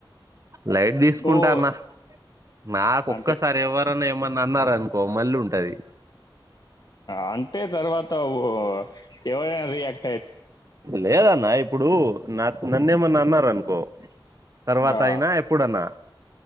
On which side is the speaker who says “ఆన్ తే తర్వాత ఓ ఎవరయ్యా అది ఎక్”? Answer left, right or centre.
Left